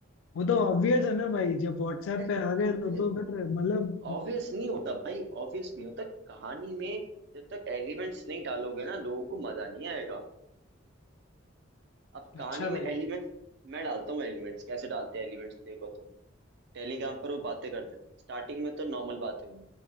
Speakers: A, on the left; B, on the right.
A: वो तो ऑब्वियस है ना भाई जब व्हाट्सएप
B: अरे
A: पे
B: तो
A: आ गए
B: ऑब्वियस
A: तो तो फिर मतलब
B: ऑब्वियस नहीं होता भाई ऑब्वियस नहीं होता कहानी में जब तक एलिमेंट्स नहीं डालोगे ना लोगों को मजा नहीं आएगा अब कहानी
A: अच्छा
B: में
A: भाई
B: एलिमेंट्स मैं डालता हूँ एलिमेंट्स कैसे डालते हैं एलिमेंट्स देखो तुम। टेलीग्राम पर वो बातें करते थे स्टार्टिंग में तो नॉर्मल बातें हुई